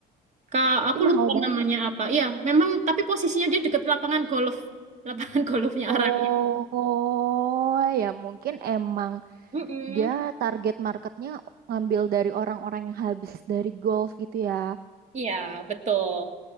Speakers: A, on the right; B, on the right.
A: Kak, aku
B: Ih, mahal
A: lupa
B: banget.
A: namanya apa. Iya, memang tapi posisinya dia deket lapangan golf. Lapangan <laughs> golfnya
B: Oh,
A: Araya.
B: ya mungkin emang
A: Mm-mm.
B: dia target marketnya ngambil dari orang-orang yang habis dari golf gitu ya.
A: Iya, betul.